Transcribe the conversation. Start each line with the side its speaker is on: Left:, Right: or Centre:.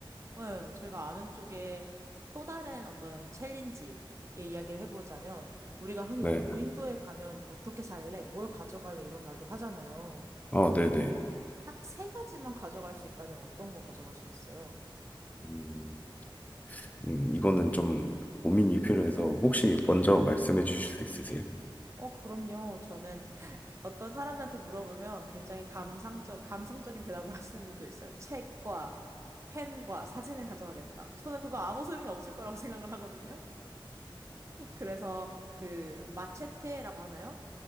Right: 예, 제가 아는 쪽에 또 다른 어떤 챌린지의 이야기를 해보자면 우리가 흔히
Left: 네.
Right: 무인도에 가면 어떻게 살래? 뭘 가져갈래? 이런 말도 하잖아요.
Left: 어, 네네.
Right: 딱 세 가지만 가져갈 수 있다면 어떤 거 가져가시겠어요?
Left: 음, 음, 이거는 좀 고민이 필요해서 혹시 먼저 말씀해 주실 수 있으세요?
Right: 어, 그럼요. 저는 어떤 사람들한테 물어보면 굉장히 감상적, 감성적인 대답을 <laughs> 하시는 분도 있어요. 책과 펜과 사진을 가져가겠다. 저는 그거 아무 소용이 없을 거라고 <laughs> 생각을 하거든요. 그래서 그 마체테라고 하나요?